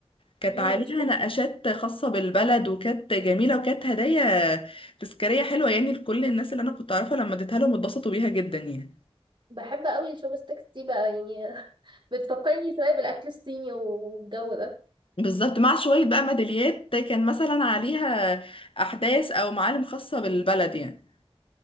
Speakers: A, on the left; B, on the right.
A: كانت
B: امم
A: عليها نقاشات خاصة بالبلد وكانت جميلة وكانت هدايا تذكارية حلوة يعني لكل الناس اللي أنا كنت أعرفها لما اديتها لهم اتبسطوا بيها جدا يعني
B: بحب قوي الشوب ستيكس دي بقى يعني <laughs> بتفكرني شوية بالاكل الصيني والجو ده
A: بالظبط مع شوية بقى ميداليات كان مثلا عليها أحداث أو معالم خاصة بالبلد يعني